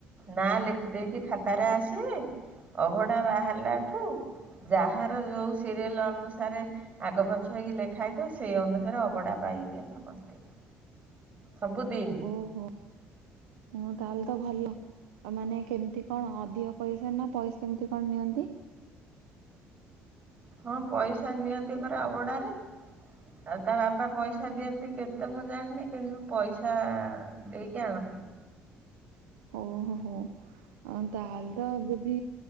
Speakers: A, on the right; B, on the right.
A: ନା ଲେଖିଦେଇକି ଖାତାରେ ଆସିବେ। ଅଭଢା ବାହାରିଲା ଠୁ ଯାହାର ଯୋଉ ସିରିଏଲ ଅନୁସାରେ ଆଗ ପଛ ହେଇକି ଲେଖା ହେଇଥିବ ସେଇ ଅନୁସାରେ ଅବଢଡା ପାଇବେବେ ସମସ୍ତେ ସବୁଦିଇନି।
B: ଓହୋ ହୁଁ ତାହେଲେ ତ ଭଲ। ମାନେ କେମିତି କଣ ଅଧିକ ପଇସା ନା ପଇସା କେମିତି କଣ ନିଅନ୍ତି?
A: ହଁ ପଇସା ନିଅନ୍ତି ପରା ଅଭଡାରେ। ଆଉ ତା ବାପା ପଇସା ଦିଅନ୍ତି କେତେ ମୁଁ ଜାଣିନି କିନ୍ତୁ ପଇସା ଦେଇକି ଆଣନ୍ତି।
B: ଓ ହୋ ହୋ। ହଁ ତାହେଲେ ତ ଯଦି